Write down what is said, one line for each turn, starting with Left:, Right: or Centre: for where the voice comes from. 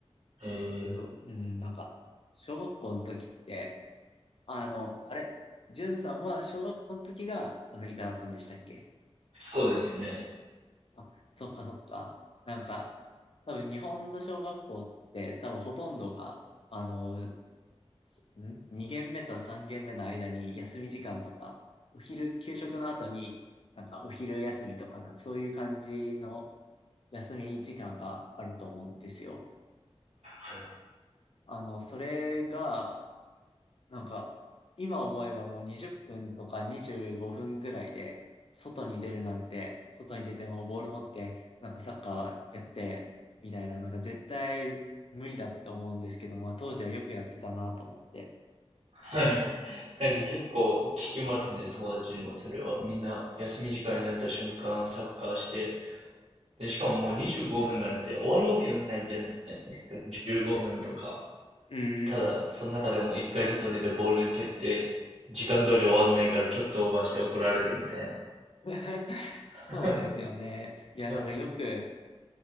Right: えー、
Left: すごい、うん、なんか、小学校の時って、あの、あれ、んさんは小学校の時がアメリカだったんでしたっけ
Right: そうですね。
Left: あ、そっかそっか。なんか、多分日本の小学校って多分ほとんどが、あの、ん ?2 限目と3限目の間に休み時間とか、お昼給食の後に、なんかお昼休みとかな、そういう感じの休み時間があると思うんですよ。
Right: はい。
Left: あの、それが、なんか、今思えばもう20分とか25分ぐらいで、外に出るなんて、外に出てもボール持って、なんかサッカーやって、みたいな、なんか絶対無理だって思うんですけど、まあ当時はよくやってたなと思って。
Right: はい。<laughs> なんか結構聞きますね、友達にもそれは。みんな休み時間になった瞬間サッカーして、で、しかももう25分なんて終わるわけないじゃないですか。15分とか。
Left: うんうん。
Right: ただ、その中でも一回外に出てボール蹴って、時間通り終わんないからちょっとオーバーして怒られるみたいな。
Left: <laughs>
Right: <laughs>
Left: そうですよね。いや、
Right: うん。
Left: なんかよく、